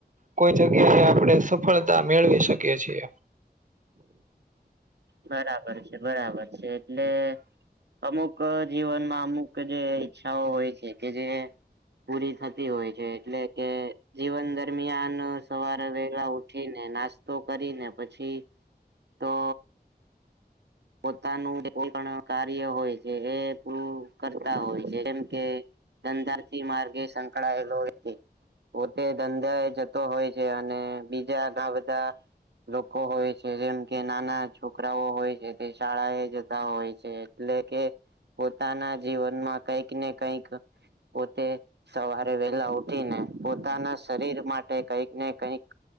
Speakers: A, on the right; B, on the right.
A: કોઈ જગ્યાએ આપડે સફળતા મેળવી શકીએ છીએ.
B: બરાબર છે બરાબર છે એટલે અમુક જીવનમાં અમુક જે ઈચ્છાઓ હોય છે. કે જે પૂરી થતી હોય છે એટલે કે જીવન દરમિયાન સવારે વહેલા ઉ ઠીને નાસ્તો કરીને પછી તો પોતાનું જે કોઈ પણ કાર્ય હોય છે એ પૂરું કરતા હોય છે જેમ કે ધંધા થી માર્ગે સંકળાયેલો વ્યક્તિ પોતે ધંધા એ જતો હોય છે અને બીજા ઘાબધા લોકો હોય છે જેમ કે નાના છોકરાઓ હોય છે તે શાળા એ જતા હોય છે એટલે કે પોતાના જીવનમાં કઈક ને કઈક પોતે સવારે વેલા ઉ ઠીને પોતાના શરીર માટે કઈક ને કઈક